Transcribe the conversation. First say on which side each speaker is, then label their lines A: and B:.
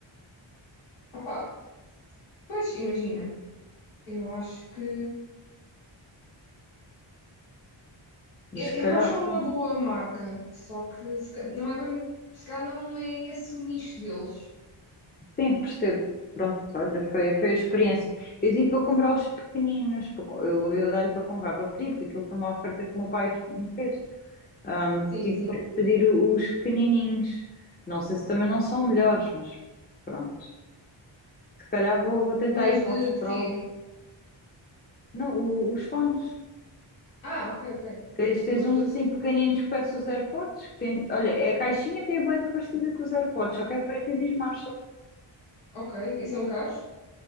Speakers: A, on the left; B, on the left.
A: Opá, pois imagina, eu acho que
B: mas
A: é,
B: se calhar,
A: é Marshall
B: pô.
A: é uma boa marca, só que se, ca- não é bem, se calhar não é esse o nicho deles.
B: Sim, percebo. Pronto, olha, foi, foi a experiência. Eu tive para comprar os pequeninos, para co- eu, eu dar-lhe para comprar, para pedir, porque aquilo foi uma oferta que o meu pai me fez. Ahm,
A: Sim,
B: tive
A: sim.
B: para lhe pedir os pequenininhos. Não sei se também não são melhores, mas pronto. Se calhar vou, vou tentar
A: Mas
B: ir para
A: de,
B: os
A: de
B: Pro.
A: quê?
B: Não, o- os fones.
A: Ah, ok, ok.
B: Tens, tens
A: Mas
B: uns
A: de,
B: assim pequeninos que parecem os AirPods. que tem- olha, a caixinha até é bué da parecida com os AirPods, só que é preta e diz marcha.
A: ok, e são caros?